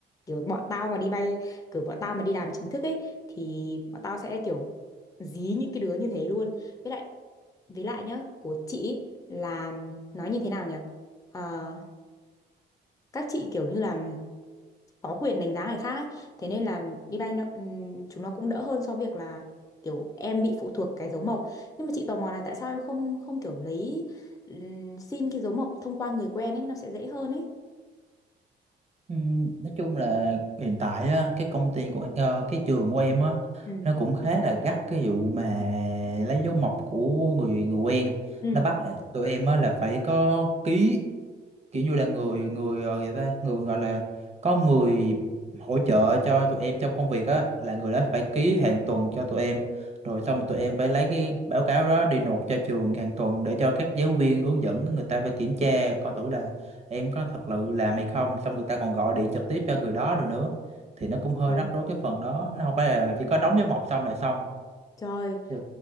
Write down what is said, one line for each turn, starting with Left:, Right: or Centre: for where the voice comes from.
Left: kiểu bọn tao mà đi bay kiểu bọn tao mà đi làm chính thức ấy thì bọn tao sẽ kiểu dí những cái đứa như thế luôn với lại với lại nhá, của chị ý là nói như thế nào nhỉ? Ờ, các chị kiểu như là có quyền đánh giá người khác ấy. Thế nên là đi bay nó, ừm, chúng nó cũng đỡ hơn so với việc là kiểu em bị phụ thuộc cái dấu mộc. Nhưng mà chị tò mò là tại sao em không không kiểu lấy ừm, xin cái dấu mộc thông qua người quen ấy nó sẽ dễ hơn ấy.
Right: Ừm, nói chung là hiện tại á, cái công ty của ờ, cái trường của em á
Left: Ừ.
Right: nó cũng khá là gắt cái vụ mà lấy dấu mộc của người người quen
Left: Ừ.
Right: nó bắt tụi em á là phải có ký kiểu như là người người ờ, người ta người gọi là có người hỗ trợ cho tụi em trong công việc á là người đó
Left: Ừ.
Right: phải ký hàng tuần cho tụi em rồi xong rồi tụi em phải lấy cái báo cáo đó đi nộp cho trường hàng tuần để cho các giáo viên hướng dẫn người ta phải kiểm tra coi thử là em có thật sự làm hay không xong người ta còn gọi điện trực tiếp cho người đó rồi nữa thì nó cũng hơi
Left: Trời,
Right: rắc rối cái phần đó nó không phải là chỉ có đóng dấu mộc xong là xong
Left: trời.
Right: Dạ.